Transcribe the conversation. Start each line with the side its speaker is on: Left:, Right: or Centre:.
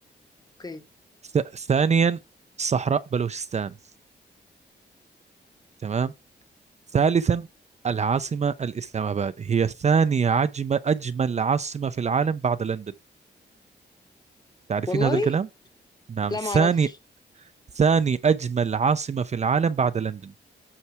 Left: اوكي
Right: ث- ثانيا صحراء بلوچستان تمام ثالثا العاصمه الاسلام اباد هي ثاني عجم... اجمل عاصمه في العالم بعد لندن تعرفين
Left: والله
Right: هذا الكلام نعم
Left: لا
Right: ثاني
Left: ما اعرفش
Right: ثاني أجمل عاصمة في العالم بعد لندن